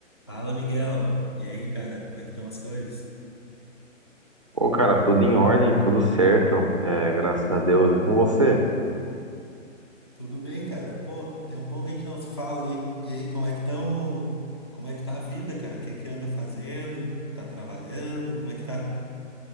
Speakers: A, on the left; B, on the right.
A: Fala, Miguel. E aí, cara, como é que estão as coisas?
B: Ô, cara, tudo em ordem, tudo certo, é, graças a Deus. E com você?
A: Tudo bem, cara? Pô, tem um pouco que a gente não se fala aí. E aí, como é que estão? Como é que tá a vida, cara? O que que anda fazendo? Tá trabalhando? Como é que tá?